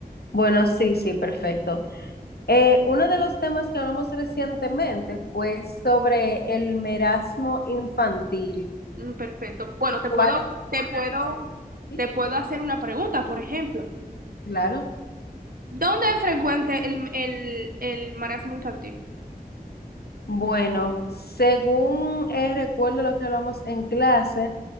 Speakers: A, on the left; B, on the right.
A: Bueno, sí, sí, perfecto. Eh, uno de los temas que hablamos recientemente fue sobre el merasmo infantil.
B: Mm, Perfecto. Bueno, te
A: ¿Cuáles
B: puedo, te
A: zonas?
B: puedo,
A: eh, Sí,
B: te puedo hacer una pregunta, por ejemplo.
A: claro.
B: ¿Dónde es frecuente el, el, el marasmo infantil?
A: Bueno, según eh, recuerdo lo que hablamos en clase,